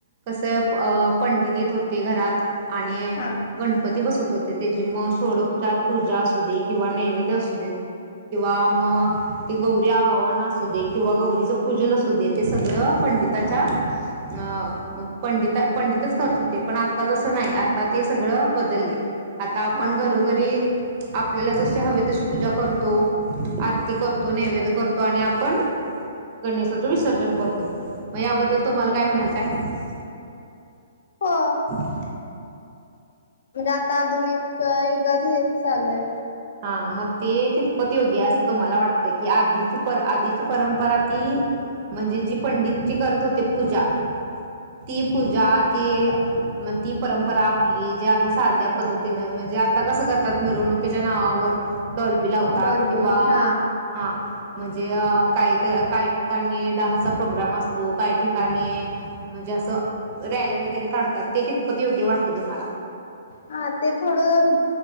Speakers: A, on the right; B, on the left.
A: कसं अं पंडित येत होते घरात आणि
B: हा
A: गणपती बसत होत ते त्याची मग सोडोपचार पूजा असू दे किंवा नैवेद्य असू देत किंवा मग ते गौरी आवाहन असू दे किंवा गौरीचं पूजन असू दे ते सगळं पंडिताच्या अं पंडिता पंडितच करत होते. पण आता तसं नाही आता ते सगळं बदललंय. आता आपण
B: हा
A: घरोघरी आपल्याला जसे हवे तशी पूजा करतो, आरती करतो, नैवेद करतो आणि आपण गणेशाचं विसर्जन करतो. मग याबद्दल तुम्हाला काय म्हणायचं हाय?
B: हो
A: <inaudible>
B: म्हणजे आता आधुनिक युगात हेच चालू हाय.
A: हा मग ते कितपत योग्य आहे असं तुम्हाला वाटतं, की आधीची पर आधीची परंपरा ती म्हणजे जी पंडित जी करत होते पूजा ती पूजा, ती मग ती परंपरा आपली जे आधी साध्या पद्धतीनं म्हणजे आता कसं करतात मिरवणुकीत- त्या नावावर डॉलबी लावतात
B: डॉल्बी
A: किंवा
B: हा
A: हा- म्हणजे काही तर काही ठिकाणी डान्सचा प्रोग्राम असतो, काही ठिकाणी म्हणजे असं रॅल्या वगैरे काढतात. ते कितपत योग्य वाटते तुम्हाला?
B: हा ते थोडं